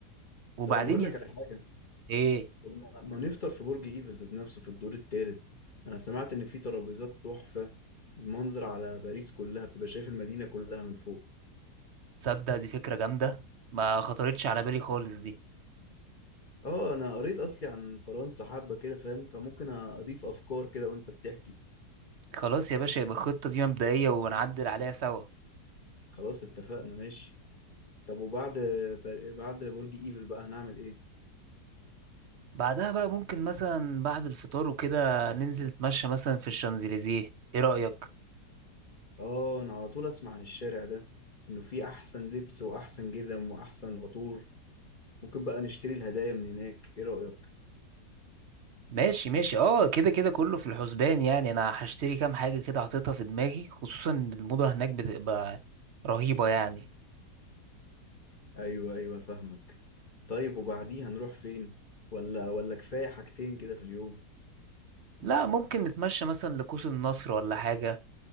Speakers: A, on the right; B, on the left.
A: وبعدين
B: طب انا هقول
A: يا
B: لك
A: سيدي
B: على حاجة
A: ايه
B: طب ما ما نفطر في برج ايفل ذات نفسه في الدور التالت انا سمعت ان في ترابيزات تحفة المنظر على باريس كلها بتبقى شايف المدينة كلها من فوق
A: تصدق دي فكرة جامدة ما خطرتش على بالي خالص دي
B: اه انا قريت اصلي عن فرنسا حبة كده فاهم فممكن اضيف افكار كده وانت بتحكي
A: خلاص يا باشا يبقى الخطة دي مبدئية ونعدل عليها سوا
B: خلاص اتفقنا ماشي طب وبعد بر... بعد برج ايفل بقى هنعمل ايه
A: بعدها بقى ممكن مثلا بعد الفطار وكده ننزل نتمشى مثلا في الشانزليزيه ايه رأيك؟
B: اه انا على طول اسمع عن الشارع ده انه فيه احسن لبس واحسن جزم واحسن عطور ممكن بقى نشتري الهدايا من هناك ايه رأيك
A: ماشي ماشي اه كده كده كله في الحسبان يعني انا هشتري كام حاجة كده حاططها في دماغي خصوصا إن الموضة هناك بتبقى رهيبة يعني
B: ايوه ايوه فاهمك طيب وبعديها نروح فين ولا ولا كفايه حاجتين كده في اليوم
A: لا ممكن نتمشى مثلا لقوس النصر ولا حاجة